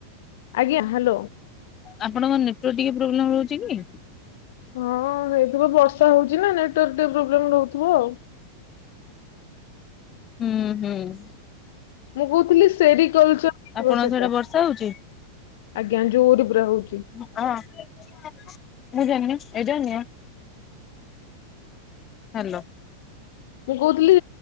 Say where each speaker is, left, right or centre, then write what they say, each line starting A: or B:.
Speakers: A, on the left; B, on the left.
A: ଆଜ୍ଞା ହାଲୋ।
B: ଆପଣଙ୍କ ନେଟୱାର୍କ ଟିକେ ପ୍ରୋବ୍ଲେମ ରହୁଚି କି?
A: ହଁ ହେଇଥିବ ବର୍ଷା ହଉଛି ନା ନେଟୱାର୍କ ଟିକେ ପ୍ରୋବ୍ଲେମ ରହୁଥିବ ଆଉ।
B: ହମ୍ ହମ୍।
A: ମୁଁ କହୁଥିଲି ସେରିକଲଚର ହେଇଥିବ
B: ଆପଣଙ୍କ
A: ସେଟା
B: ସିଆଡେ ବର୍ଷା ହଉଛି?
A: ଆଜ୍ଞା ଜୁରରେ ପୁରା ହଉଛି।
B: ହଁ ମୁଁ ଜାଣିନି ଏଇଡ଼ା ନିଅ। ହାଲୋ।
A: ମୁଁ କହୁଥିଲି